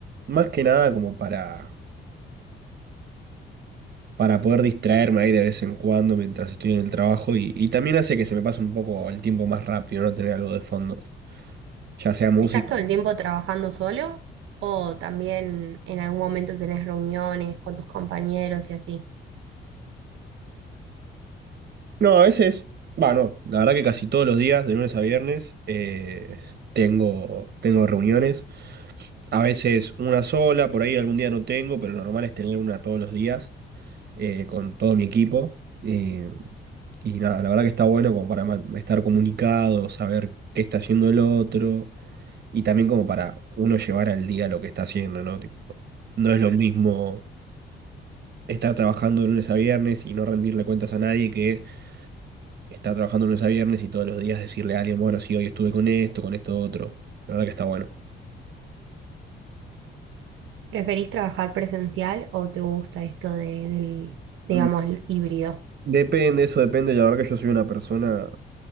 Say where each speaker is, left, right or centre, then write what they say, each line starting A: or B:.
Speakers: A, on the right; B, on the right.
A: Más que nada como para, para poder distraerme ahí de vez en cuando mientras estoy en el trabajo y, y también hace que se me pase un poco el tiempo más rápido, no tener algo de fondo, ya sea música.
B: ¿Estás todo el tiempo trabajando solo o también en algún momento tenés reuniones con tus compañeros y así?
A: No, a veces, va no la verdad que casi todos los días, de lunes a viernes, eh, tengo, tengo reuniones. A veces una sola, por ahí algún día no tengo, pero lo normal es tener una todos los días eh, con todo mi equipo. Eh, Y nada, la verdad que está bueno como para ma- estar comunicado, saber qué está haciendo el otro y también como para uno llevar al día lo que está haciendo, ¿no? Tipo, no es lo mismo estar trabajando de lunes a viernes y no rendirle cuentas a nadie que estar trabajando de lunes a viernes y todos los días decirle a alguien, bueno, sí, hoy estuve con esto, con esto otro. La verdad que está bueno.
B: ¿Preferís trabajar presencial o te gusta esto de- del, digamos,
A: Mm,
B: híbrido?
A: Depende, eso depende. La verdad que yo soy una persona